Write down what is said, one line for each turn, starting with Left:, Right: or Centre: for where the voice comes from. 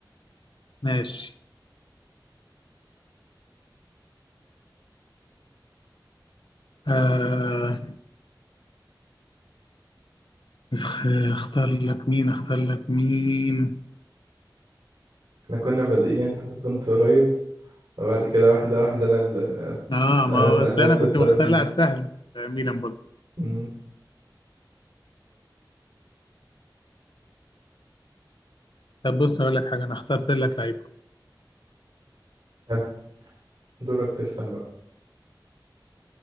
Left: ماشي آه... اخ- اختار لك مين اختار لك مين
Right: احنا كنا بادئين انت كنت قريب وبعد كده واحدة واحدة انا اللي <laughs>
Left: اه ما
Right: انا
Left: هو
Right: اللي
Left: اصل
Right: قلبت
Left: انا كنت
Right: الترابيزة
Left: مختار لاعب سهل آه، ميلان برضه
Right: امم
Left: طب بص اقول لك حاجه انا اخترت لك لعيب خلاص
Right: حلو. دورك تسأل بقى